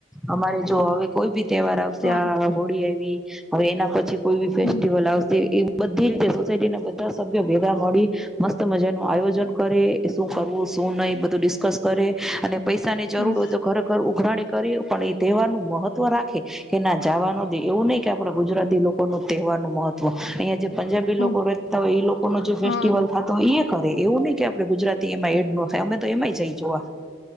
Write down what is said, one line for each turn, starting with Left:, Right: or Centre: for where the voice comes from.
Centre: અમારે જો હવે કોઈ બી તહેવાાર આવસે
Left: હા
Centre: આ હોળી આયવી હવે એના પછી કોઈ ભી ફેસ્ટિવલ
Left: હમ
Centre: આવસે એ બધી રીતે સોસાયટી ના બધા સભ્યો ભેગા મળી મસ્ત મજા નું આયોજન કરે એ શું કરવું શું નહીં બધું ડિસ્કસ કરે અને પૈસાની જરૂર
Left: હમ
Centre: હોય તો ઘરે ઘર ઉઘરાણી કરી પણ એ તહેવાર નું મહત્વ રાખે કે ના જવાનું દે, એવું નહીં કે આપડે ગુજરાતી લોકો નો તહેવારનું મહત્વ અહિયાં જે પંજાબી
Left: હમ
Centre: લોકો રહેતા હોય લોકો નો જે ફેસ્ટિવલ
Left: હા
Centre: થતો હોય એ કરે એવું નહીં કે આપડે ગુજરાત એમાં એડ ન થાય અમે તો એમાંય જઈ જોવા